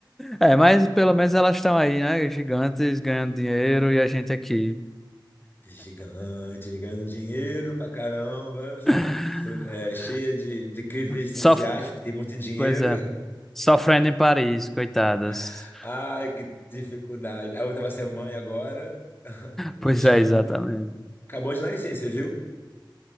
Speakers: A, in the centre; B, on the left (about 25°).
A: É, mas pelo menos elas estão aí, né? Gigantes, ganhando dinheiro e a gente aqui.
B: Gigante, ganhando dinheiro pra caramba, su-
A: <laughs>
B: su- é, cheia de, de crises existenciais,
A: Sof...
B: porque tem muito dinheiro.
A: Pois é. Sofrendo em Paris, coitadas.
B: <laughs> Ai, que dificuldade. A outra vai ser mãe agora, <laughs> luxando.
A: Pois é, exatamente.
B: Acabou de nascer, você viu?